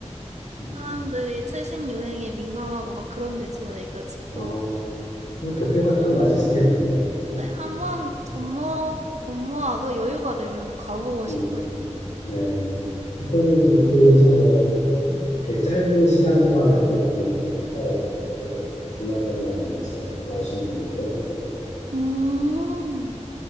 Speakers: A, on the left; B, on the right.
A: 음,
B: 사람들이 최신 유행에 민감하고 막 그런 데 좋아해가지고,
A: 아 그럼 도쿄가 딱 맞으시겠네.
B: 네. 한번
A: 음,
B: 돈 모, 돈 모아서 여유가 되면은 가보고 싶어요.
A: 음, 네. 도쿄는 그렇게 해서 뭐 이렇게 짧은 시간 동안에도 많이 이렇게 갔다 오고 그러더라고요. 주말에만 해서 갔다 오시는 분들도 많고.
B: 음,